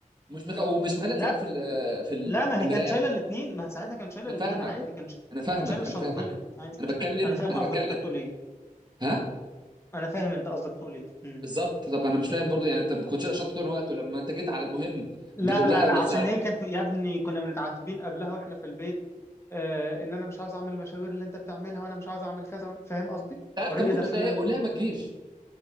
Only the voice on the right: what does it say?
مش مخ... ومش مخليها
تساعدك في ال... في ال...
في
المرايه
انا
فاهمك
انا فاهمك
انا فاهمك
انا بتكلم
انا
بتكلم
ها
بالظبط طب انا مش فاهم برضه يعني انت ما كنتش شايل الشنطه طول الوقت ولما انت جيت على المهم
بتقول
لها
ما
تساعدني
تعرف
كان ممكن
تقول لها ايه قول لها ما تجيش